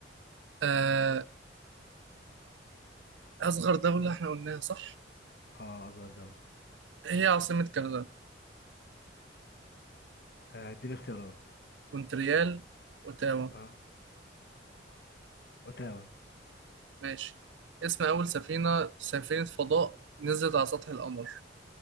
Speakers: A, on the right; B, on the left.
A: آه، أصغر دولة احنا قلناها صح
B: آه أصغر دولة
A: هي عاصمة كندا
B: آه، إديني اختيارات
A: مونتريال أوتاوا
B: آه أوتاوا
A: ماشي اسم أول سفينة سفينة فضاء نزلت على سطح القمر